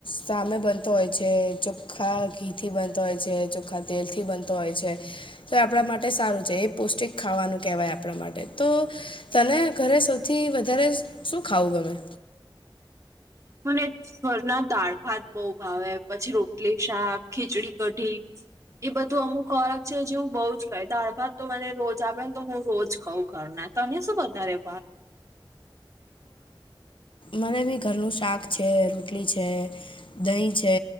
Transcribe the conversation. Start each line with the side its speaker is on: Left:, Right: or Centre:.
Left: સામે બનતો હોય છે જો ચોખ્ખા ઘી થી બનતો હોય છે ચોખ્ખા તેલથી બનતો હોય છે તો આપણા માટે સારું છે એ પૌષ્ટિક ખાવાનું કહેવાય આપણા માટે તો તને ઘરે સૌથી વધારે શું ખાવું ગમે.
Right: મને. ઘરના દાળ ભાત બઉ ભાવે પછી રોટલી શાક ખીચડી કઢી. એ બધું અમુક ખોરાક છે જેવું બઉજ ખાય દાળ ભાત તો મને રોજ આપે ને તો હું રોજ ખાઉં ઘરના તને શું વધારે ભા.
Left: મરે બી ઘરનું શાક છે રોટલી છે. દહીં છે